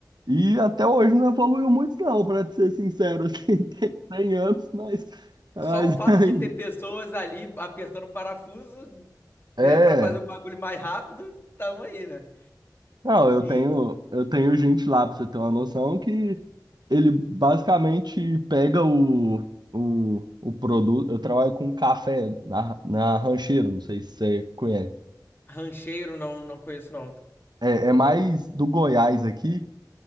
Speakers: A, on the right (about 75°); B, on the left (about 30°).
A: E até hoje não evoluiu muito, não, pra te ser sincero, assim, <laughs> tem 100 anos, mas, mas
B: Só o fato
A: <laughs> ainda.
B: de ter pessoas ali apertando o parafuso,
A: É.
B: né, para fazer o bagulho mais rápido, tamo aí, né?
A: Não, eu
B: E
A: tenho, eu tenho gente lá, pra você ter uma noção, que ele basicamente pega o, o, o produto. Eu trabalho com café na, na Rancheiro, não sei se você conhece.
B: rancheiro não, não conheço, não. <laughs>
A: É, é mais do Goiás aqui.